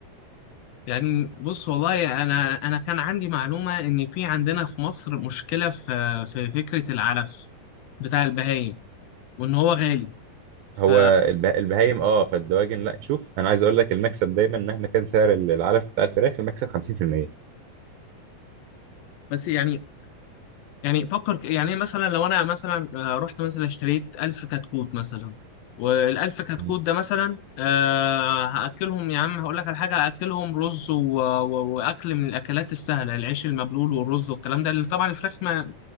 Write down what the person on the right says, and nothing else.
هو البه... البهايم اه فالدواجن لا شوف انا عايز اقول لك المكسب دايما مهما كان سعر ال- العلف بتاع الفراخ المكسب 50%
مم.